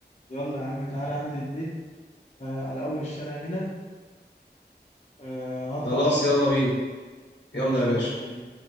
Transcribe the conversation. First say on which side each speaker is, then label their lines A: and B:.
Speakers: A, on the left; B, on the left.
A: يلا يا عم تعالى عندي البيت آه على اول الشارع هنا آه هطلع
B: خلاص
A: اشرح
B: يلا
A: لك
B: بينا يلا
A: ماشي
B: يا باشا
A: يلا بينا